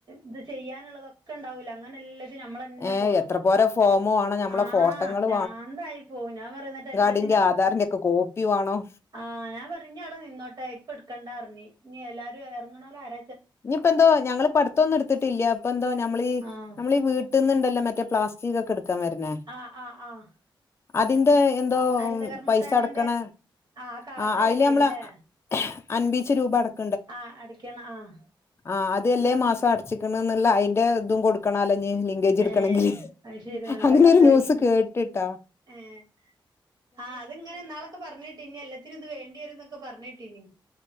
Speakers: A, on the right; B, on the left.
A: ഇത് ചെയ്യാനുള്ളതൊക്കെ ഉണ്ടാവൂല അങ്ങനെ എല്ല തെ നമ്മളന്നെ
B: ഏഹ്
A: പോണം.
B: എത്ര പോരെ ഫോമ് വാണം ഞമ്മളെ
A: ആഹ്
B: ഫോട്ടങ്ങള്
A: പ്രാന്തായി പോവും ഞാൻ പറയന്നട്ട് എല്ലാ
B: ന്റെ ആധാറിന്റെ ഒക്കെ കോപ്പി വേണം.
A: ആഹ് ഞാൻ പറഞ് അവിടെ നിന്നോട്ടെ ഇപ്പട്ക്കണ്ടർഞ്ഞ് ഇനി എല്ലാരും എറങ്ങ്ണോല് ആര
B: ഇനിയിപ്പന്തോ ഞങ്ങള് ഇപ്പം അട്ത്തൊന്നും എടുത്തിട്ടില്ല പ്പന്തോ നമ്മളീഈ
A: ആഹ്
B: നമ്മളീ വീ വീടിനെന്നുണ്ടല്ലോ മറ്റേ പ്ലാസ്റ്റികൊക്കെ എടുക്കാൻ വരന്നെ
A: ആഹ് ആഹ് ആഹ്
B: അതിന്റെ എന്തോ
A: ഹരിത കർമ്മസേനന്റെ
B: പൈസ അടക്കണ
A: ആഹ് കാർഡ്
B: ആ അയില്
A: വേണ്ടി
B: നമ്മളെ
A: വരൂല്ലേ
B: അൻപീച്ച രൂപ അട
A: ആഹ് അടക്കണം ആഹ്
B: ആഹ് അത് അല്ലേ മാസം അടച്ചിക്കണന്നുള്ള അതിന്റെ ഇതും കൊടുക്കണ അല്ലോ ലി കജെടുക്കണെങ്കില്
A: ഏഹ് അത് ശെരി നല്ല
B: അങ്ങനെ
A: കഥായി
B: ഒരു ന്യൂസ് കേട്ട്ട്ടാ.
A: ഏഹ് ആഹ് അതിങ്ങനെ എന്നാളൊക്കെ പറഞ്ഞിട്ട് ഇനി എല്ലാത്തിനും ഇത് വേണ്ടി വരും എന്നൊക്കെ പർഞ്ഞെട്ടീനി